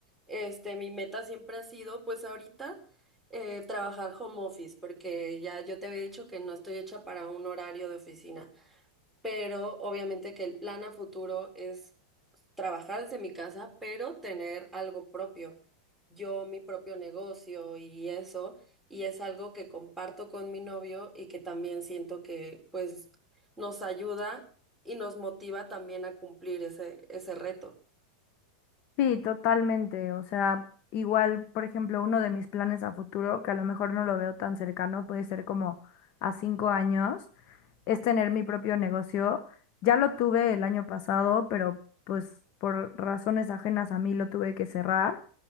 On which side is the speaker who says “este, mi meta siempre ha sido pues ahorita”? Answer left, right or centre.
Centre